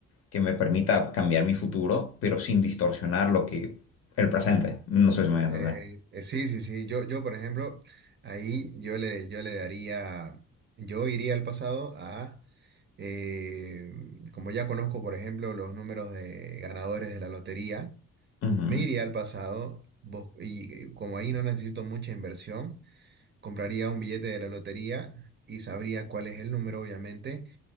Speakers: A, on the left; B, on the right.
A: que me permita cambiar mi futuro, pero sin distorsionar lo que el presente. No sé si me voy a entender.
B: Eh, eh, sí, sí, sí. Yo, yo, por ejemplo, ahí yo le, yo le daría, yo iría al pasado a, eh, como ya conozco, por ejemplo, los números de ganadores de la lotería,
A: Ujú.
B: me iría al pasado bus- y eh, como ahí no necesito mucha inversión compraría un billete de la lotería y sabría cuál es el número, obviamente,